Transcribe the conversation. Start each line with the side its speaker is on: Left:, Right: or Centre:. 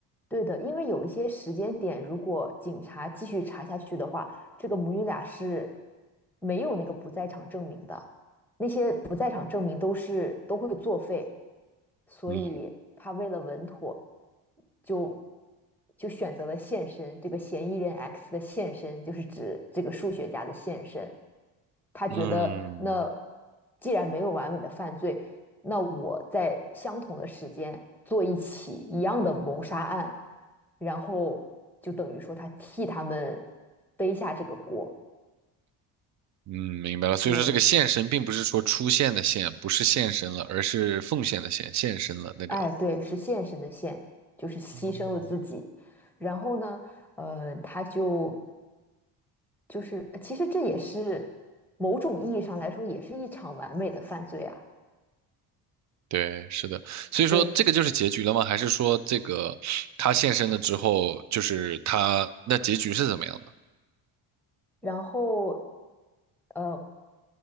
Centre: 对的，因为有一些时间点，如果警察继续查下去的话，这个母女俩是没有那个不在场证明的，那些不在场证明都是都会作废，所以他为了稳妥，
Right: 嗯
Centre: 就就选择了现身，这个嫌疑人 X 的现身就是指这个数学家的现身。他觉得那
Right: 嗯。
Centre: 既然没有完美的犯罪，那我在相同的时间做一起一样的谋杀案，然后就等于说他替他们背下这个锅。
Right: 嗯，明白了。所以说，
Centre: 对，
Right: 这个献身并不是说出现的献，不是献身了，而是奉献的献，献身了那个。
Centre: 哎，对，是献身的献，就是牺牲了自己。
Right: 嗯
Centre: 然后呢，呃，他就就是，其实这也是某种意义上来说，也是一场完美的犯罪啊。
Right: 对，是的。所以说，
Centre: 对，
Right: 这个就是结局了吗？还是说这个他献身了之后，就是他那结局是怎么样的？
Centre: 然后呃，